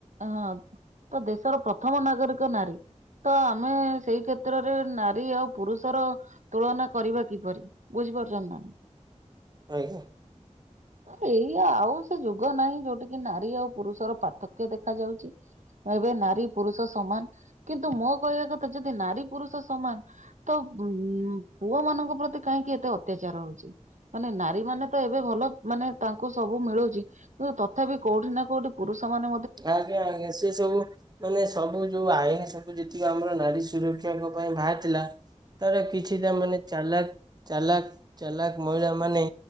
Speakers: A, on the right; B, on the right.
A: ହଁ। ତ ଦେଶର ପ୍ରଥମ ନାଗରିକ ନାରୀ। ତ ଆମେ ସେଇ କ୍ଷେତ୍ରରେ ନାରୀ ଆଉ ପୁରୁଷର ତୁଳନା କରିବା କିପରି? ବୁଝିପାରୁଛନ୍ତି ନା ନାଇଁ?
B: ଆଜ୍ଞା।
A: <inaudible> ଏଇ ଆଉ ସେ ଯୁଗନାହିଁ ଯୋଉଠି କି ନାରୀ ଆଉ ପୁରୁଷର ପାର୍ଥକ୍ୟ ଦେଖାଯାଉଚି। ଏବେ ନାରୀ, ପୁରୁଷ ସମାନ। କିନ୍ତୁ ମୋ କହିବା କଥା ଯଦି ନାରୀ, ପୁରୁଷ ସମାନ ତ ଉଁ ପୁଅମାନଙ୍କ ପ୍ରତି କାହିଁକି ଏତେ ଅତ୍ୟାଚାର ହଉଚି? ମାନେ ନାରୀମାନେ ତ ଏବେ ଭଲ। ମାନେ ତାଙ୍କୁ ସବୁ ମିଳୁଚି। କିନ୍ତୁ ତଥାପି କୋଉଠି ନା କୋଉଠି ପୁରୁଷମାନେ
B: ଆଜ୍ଞା, ଆଜ୍ଞା। ସେ ସବୁ ମାନେ ସବୁ ଯୋଉ ଆଇନ ସବୁ ଯେତିକ ଆମର ନାରୀ ସୁରକ୍ଷାଙ୍କ ପାଇଁ ବାହାରିଥିଲା ସେତେବେଳ କିଛିଟା ମାନେ ଚାଲାକ- ଚାଲାକ- ଚାଲାକ ମହିଳାମାନେ